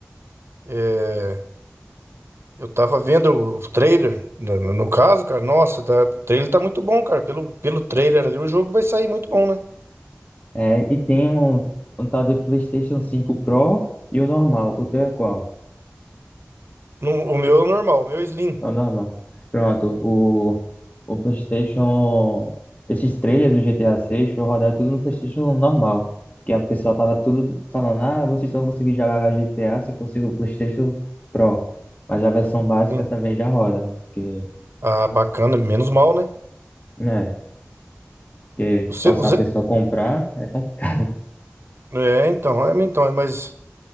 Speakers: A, on the right (about 70°); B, on the left (about 35°).
A: é, eu tava vendo o trailer, no, no- no caso, cara. Nossa, tá- o trailer tá muito bom, cara. Pelo, pelo trailer ali, o jogo vai sair muito bom, né?
B: É, e tem um, um tal de PlayStation cinco Pro e o normal. O teu é qual?
A: No- o meu é normal, o meu é Slim.
B: É o normal. Pronto, o, o PlayStation. Esses trailers do GTA seis foi rodar tudo no PlayStation normal. Porque a pessoa tava tudo falando: ah, vocês só vão conseguir jogar GTA se fosse o PlayStation Pro. Mas a versão básica
A: Sim.
B: também já roda. Porque,
A: Ah, bacana, menos mal, né?
B: né? Porque
A: O seu,
B: forçar
A: o ze-
B: a pessoa a comprar é complicado.
A: É, então, é, então, é, mas.